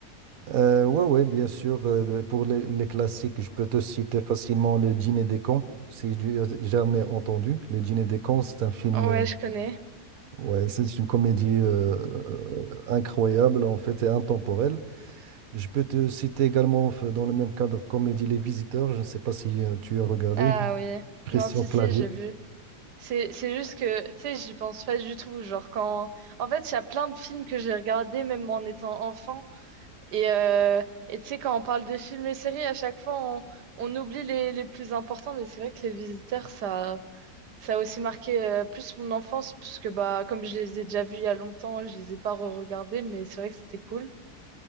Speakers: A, on the right; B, on the right.
A: Euh, ouais, ouais, bien sûr. euh, pour les, les classiques, je peux te citer facilement Le Dîner des cons, si tu as jamais entendu. Le Dîner des cons, c'est un film,
B: Ouais,
A: euh,
B: je connais.
A: ouais, c'est une comédie euh, euh, incroyable en fait et intemporelle. Je peux te citer également f- dans le même cadre comédie Les Visiteurs. Je ne sais pas si euh, tu as regardé
B: Ah oui.
A: Christian
B: Non, si,
A: Clavier.
B: si, j'ai vu. C'est, c'est juste que, tu sais, j'y pense pas du tout. Genre, quand. En fait, il y a plein de films que j'ai regardés, même en étant enfant. Et, euh, et tu sais, quand on parle de films et séries, à chaque fois, on, on oublie les, les plus importants. Mais c'est vrai que Les Visiteurs, ça, ça a aussi marqué euh, plus mon enfance, puisque, bah, comme je les ai déjà vus il y a longtemps, je les ai pas re-regardés. Mais c'est vrai que c'était cool.